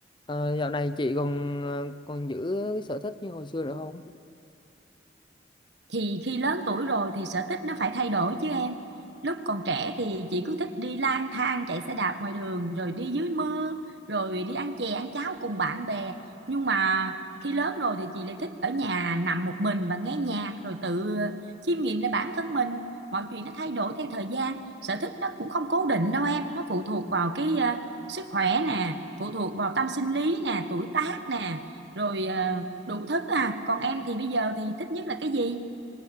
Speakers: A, on the left; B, on the right.
A: Ờ, dạo này chị còn ờ, còn giữ cái sở thích như hồi xưa nữa không?
B: thì khi lớn tuổi rồi thì sở thích nó phải thay đổi chứ em lúc còn trẻ thì chị cứ thích đi lang thang chạy xe đạp ngoài đường rồi đi dưới mưa rồi đi ăn chè ăn cháo cùng bạn bè nhưng mà khi lớn rồi thì chị lại thích ở nhà nằm một mình và nghe nhạc rồi tự chiêm nghiệm lại bản thân mình mọi chuyện nó thay đổi theo thời gian sở thích nó cũng không cố định đâu em nó phụ thuộc vào cái ờ, sức khỏe nè phụ thuộc vào tâm sinh lý nè tuổi tác nè rồi ờ, đủ thứ à còn em thì bây giờ thì thích nhất là cái gì